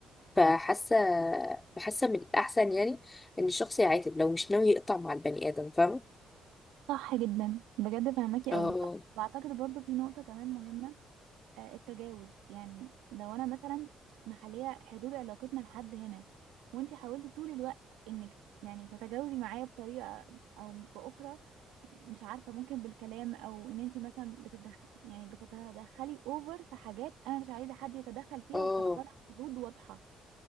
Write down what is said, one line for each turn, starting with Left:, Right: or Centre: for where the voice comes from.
Left: فحاسه فحاسه من الاحسن يعني ان الشخص يعاتب لو مش ناوي يقطع مع البني ادم فاهمه
Right: صح جدا بجد فهماكي
Left: اه
Right: قوي واعتقد برضو في نقطة كمان مهمة آه، التجاوز يعني لو انا مثلا مخلية حدود علاقتنا لحد هنا وانتي حاولتي طول الوقت انك يعني تتجاوزي معايا بطريقة او باخرى مش عارفة ممكن بالكلام او ان انتي مثلا بتتدخل يعني بتتدخلي اوفر في حاجات انا مش عايزة حد يتدخل فيها
Left: اه
Right: وحاطة لها حدود واضحة